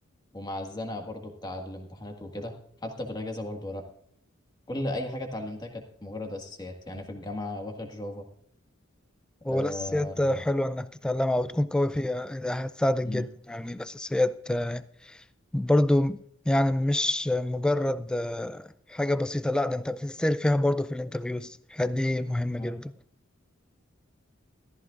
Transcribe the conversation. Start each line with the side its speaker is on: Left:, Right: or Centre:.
Left: ومع الزنقه برضو بتاع الامتحانات وكده حتى في الاجازه برضو لا كل اي حاجه اتعلمتها كانت مجرد اساسيات يعني في الجامعه واخد جافا
Centre: هو
Left: أه
Centre: الأساسيات حلوة إنك تتعلمها وتكون قوي فيها ده هتساعدك
Left: مم.
Centre: جدا يعني الأساسيات آه، برضو يعني مش مجرد آه، حاجة بسيطة لا ده أنت بتسأل فيها برضو في الانترفيوز دي مهمة
Left: آه.
Centre: جدا